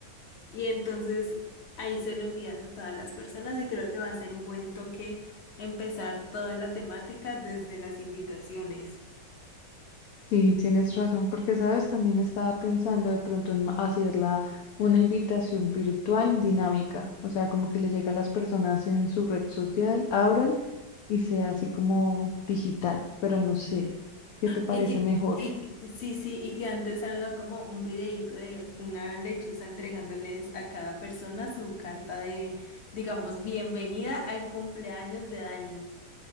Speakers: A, on the left; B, on the left.
A: Y entonces ahí se lo envías a todas las personas y creo que va a ser un buen toque empezar toda la temática desde las invitaciones.
B: Sí, tienes razón, porque sabes, también estaba pensando de pronto en ma- hacerla una invitación virtual dinámica, o sea, como que le llega a las personas en su red social, abran y sea así como digital, pero no sé, ¿qué te parece
A: Y que,
B: mejor?
A: y sí, sí, y que antes salga como un videíto de una lechuza entregándoles a cada persona su carta de, digamos, bienvenida al cumpleaños de Dani.